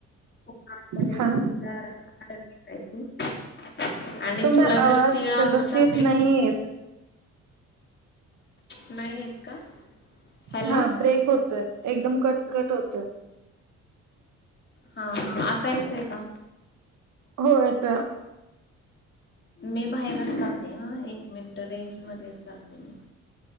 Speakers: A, on the left; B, on the right.
A: आपण
B: हा
A: एक चमचा हळद टाकायची. आणि
B: तुमचा
A: तुला जर
B: आवाज
A: तीळ आवडत
B: व्यवस्थित
A: असेल
B: नाहीे येत.
A: नाही येत का? हॅलो
B: हा ब्रेक होतोय, एकदम कटकट होतोय.
A: हा हा आता येतोय का?
B: हो येतोय.
A: मी बाहेरच जाते हा, एक मिनट रेंजमध्येच जाते मी.